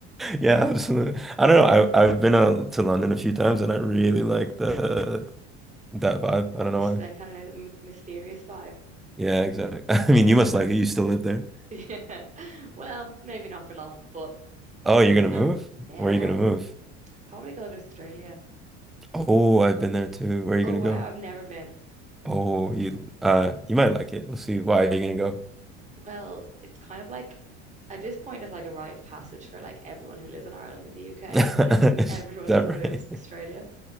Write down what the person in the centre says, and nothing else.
Yeah, absolutely. I don't know. I I've been uh, to London a few times and I really like the that vibe. I don't
know why.
Yeah, exactly. <laughs> I mean,
you must like it. You still live there.
Oh,
you're
gonna
move?
Where are you gonna move?
Oh, I've been there too. Where are you
gonna
go?
Oh, you uh you might like it. We'll see. Why are you gonna go?
<laughs> Is
that
right?